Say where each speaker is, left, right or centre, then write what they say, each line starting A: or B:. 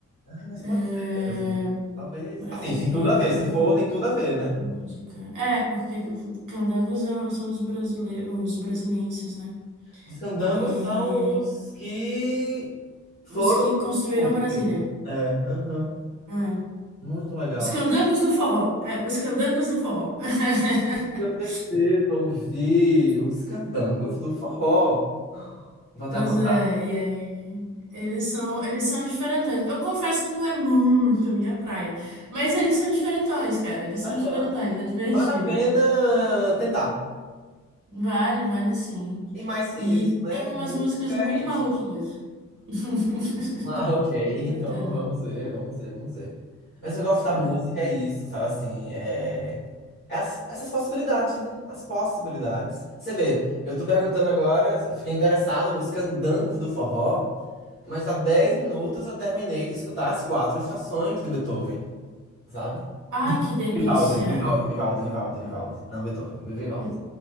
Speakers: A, on the left; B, on the right.
A: Ah, mas
B: É,
A: pode ser mesmo. Talvez.
B: Brasília.
A: Assim, tem tudo a ver. Se for, tem tudo a ver, né?
B: Música. É, porque candangos é- são os brasileiros, os brasilienses, né?
A: Os candangos
B: É,
A: são os que. foram
B: os que construíram
A: construir.
B: Brasília.
A: É, aham.
B: É.
A: Muito legal.
B: Os candangos do forró. É, os candangos do forró. <laughs>
A: Eu preciso ouvir os candangos do forró. Vou até
B: Pois
A: anotar.
B: é, e aí, eles são, eles são diferentões. Eu confesso que não é muito a minha praia, mas eles são diferentões, cara. Eles são
A: Aham.
B: diferentões, é divertido.
A: Vale a pena tentar.
B: Vale, vale sim.
A: E mais que
B: E
A: isso, né?
B: tem umas
A: Música
B: músicas muito
A: é isso.
B: maluquinhas.
A: <laughs>
B: <laughs>
A: Ah, ok.
B: Com
A: Então
B: certeza.
A: vamos ver, vamos ver, vamos ver. Mas eu gosto da música,
B: É.
A: é isso, sabe assim? É, é as- essas possibilidades, né? As possibilidades. Você vê, eu tô perguntando agora, fiquei interessado nos candangos do forró. Mas há 10 minutos eu terminei de escutar as quatro estações de Beethoven, sabe?
B: Ai, que delícia!
A: Vivaldi, Vivaldi, Vivaldi, Vivaldi, Vivaldi. Não, Beethoven, Vivaldi.
B: N-